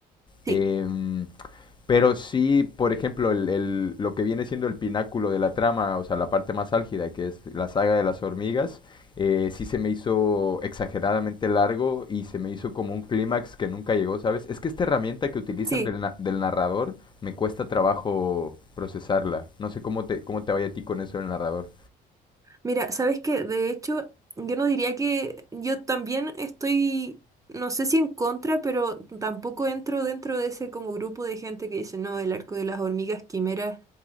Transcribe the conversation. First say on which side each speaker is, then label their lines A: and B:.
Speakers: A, on the right; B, on the left.
A: Sí,
B: Em, pero sí, por ejemplo, el, el- lo que viene siendo el pináculo de la trama, o sea, la parte más álgida, que es la saga de las hormigas, eh, sí se me hizo exageradamente largo y se me hizo como un clímax que nunca llegó, ¿sabes? Es que esta herramienta que utilizan
A: sí.
B: del, na- del narrador me cuesta trabajo procesarla. No sé cómo te, cómo te vaya a ti con eso del narrador.
A: Mira, sabes que de hecho yo no diría que yo también estoy, no sé si en contra, pero tampoco entro dentro de ese como grupo de gente que dice, no, el arco de las hormigas quimeras